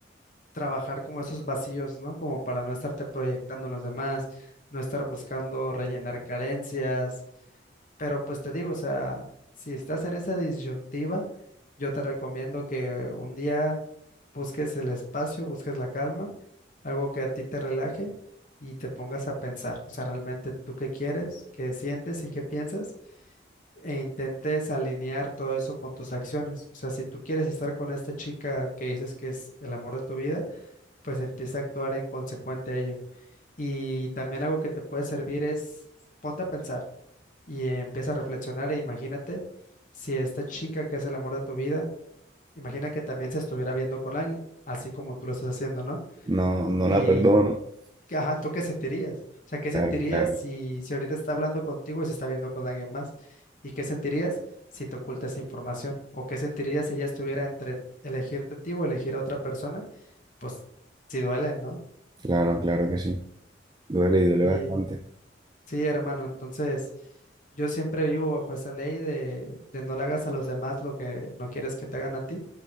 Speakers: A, on the left; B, on the right.
A: trabajar como esos vacíos, ¿no? Como para no estarte proyectando en los demás, no estar buscando rellenar carencias. Pero pues te digo, o sea, si estás en esa disyuntiva, yo te recomiendo que un día busques el espacio, busques la calma, algo que a ti te relaje y te pongas a pensar, o sea, realmente tú qué quieres, qué sientes y qué piensas, e intentes alinear todo eso con tus acciones. O sea, si tú quieres estar con esta chica que dices que es el amor de tu vida, pues empieza a actuar en consecuente a ello. Y también algo que te puede servir es, ponte a pensar y empieza a reflexionar e imagínate si esta chica que es el amor de tu vida, imagina que también se estuviera viendo con alguien, así como tú lo estás haciendo, ¿no?
B: No, no
A: Y,
B: la perdono.
A: ajá, ¿tú qué sentirías? O sea, ¿qué sentirías
B: Claro, claro,
A: si, si ahorita está hablando contigo y se está viendo con alguien más? ¿Y qué sentirías si te oculta esa información? ¿O qué sentirías si ella estuviera entre elegirte a ti o elegir a otra persona? Pues sí duele, ¿no?
B: claro, claro que sí. Duele y duele
A: Sí.
B: bastante.
A: Sí, hermano, entonces yo siempre vivo bajo esa ley de, de no le hagas a los demás lo que no quieres que te hagan a ti.